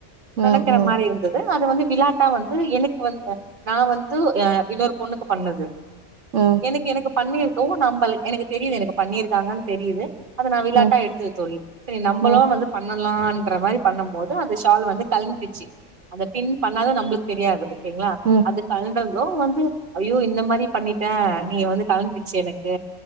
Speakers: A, on the right; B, on the right.
A: ம்,
B: நடக்கற மாரி இருந்தது அத வந்து விளாட்டா வந்து எனக்கு வந்து நான வந்து அ இன்னொரு பொண்ணுக்கு பண்ணது
A: ம், ம், ம்,
B: எனக்கு எனக்கு பண்ணிருக்கவும் நம்ம எனக்கு தெரியுது எனக்கு பண்ணியிருக்காங்கன்னு தெரியுது அதது நான் விளையாட்டா
A: ம்,
B: எடுத்துக்க தோழி செரி நம்மளும்
A: ம், ம்,
B: வந்து பண்ண லாம் மாரி பண்ணும் போது அந்த ஷால் வந்து கழுசச்சு அந்த பின் பண்ணாத நம்மளுக்கு தெரியாது ங்களா
A: ம்,
B: அத கலந்தந்தோ வந்து ஐயோ இந்த மாதிரி பண்ணிட்டேன் நீ வந்து கலந்துடுச்சு எனக்கு